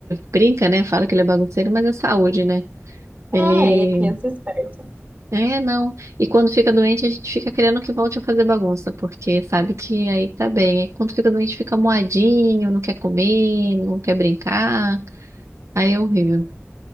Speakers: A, on the right; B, on the right.
A: brinca, né? Fala que ele é bagunceiro, mas é saúde, né? Ele
B: É, e a criança é esperta.
A: É, não. E quando fica doente, a gente fica querendo que volte a fazer bagunça, porque sabe que aí tá bem. Aí quando fica doente, fica moadinho, não quer comer, não quer brincar. Aí é horrível.